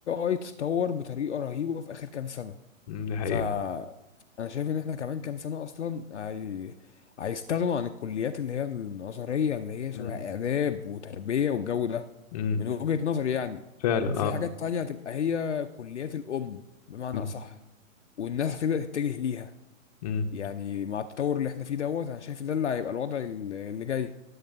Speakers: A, on the left; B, on the left.
A: اي تطور بطريقه رهيبه في اخر كام سنه
B: أمم، دي حقيقة
A: فانا شايف ان احنا كمان كام سنه اصلا هي... هيستغنوا عن الكليات اللي هي النظريه اللي هي شبه
B: امم
A: اداب وتربيه والجو ده
B: أمم،
A: من وجهه نظري يعني
B: فعلا
A: وفي
B: اه
A: حاجات تانية هتبقى هي كليات الام بمعنى
B: امم
A: اصح والناس هتبدا تتجه ليها
B: أمم.
A: يعني مع التطور اللي احنا فيه دوت انا شايف ده اللي هيبقى الوضع ال- اللي جاي